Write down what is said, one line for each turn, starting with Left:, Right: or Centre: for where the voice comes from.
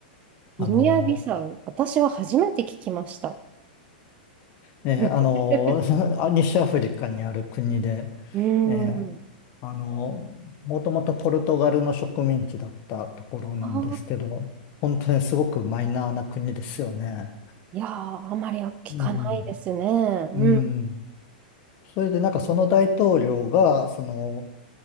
Left: あの、
Right: ギニアビサウ。私は初めて聞きました。
Left: えーあの、
Right: <laughs>
Left: <laughs> あ西アフリカにある国で、
Right: うん。
Left: えーあの、もともとポルトガルの植民地だったところなんですけど、
Right: <laughs> ああ。
Left: 本当にすごくマイナーな国ですよね。
Right: いやー、あまり聞かないですね。
Left: うん。うん。
Right: うん。
Left: それでなんかその大統領が、その、